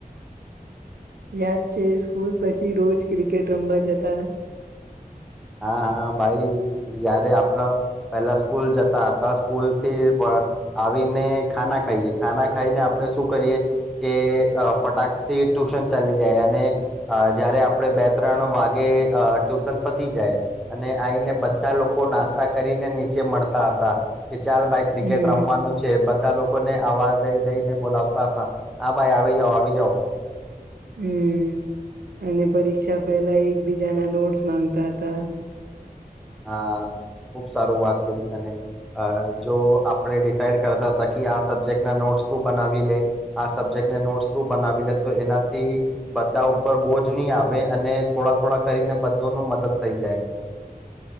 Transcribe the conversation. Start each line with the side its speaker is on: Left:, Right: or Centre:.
Right: યાદ છે સ્કૂલ પછી રોજ ક્રિકેટ રમવા જતા.
Centre: હા હા ભાઈ જયારે આપડ પેલા સ્કૂલ જતા હતા સ્કૂલ થી આવીને ખાના ખાઈએ ખાના ખાઈને આપડે શું કરીએ કે ફટાક થી ટ્યુશન ચાલી જાય અને જયારે આપડણે બે ત્રણ વાગે ટ્યુશન જાય અને આઈને બધા લોકો નાસ્તા કરીને નીચે મળતા હતા કે ચાલ ભાઈ ક્રિકેટ
Right: હમ
Centre: રમવાનું છે બધા લોકોને અવાજ દઈ દઈને બોલાવતા હતા હા ભાઈ આવી જાઓ આવી જાઓ.
Right: હમ અને પરીક્ષા પહેલા એકબીજાના નોટ્સ માંગતા હતા.
Centre: હા ખુબ સારું વાત કરી તને જો આપણે ડિસઇડ કરતા હતા કે આ સબ્જેક્ટના નોટ્સ તું બનાવી લે આ સબ્જેક્ટને નોટ્સ તું બનાવી લે તો એનાથી બધા ઉપર બોજ નહી આવે અને થોડા થોડા કરીને બધું ન મદદ થઈ જાય.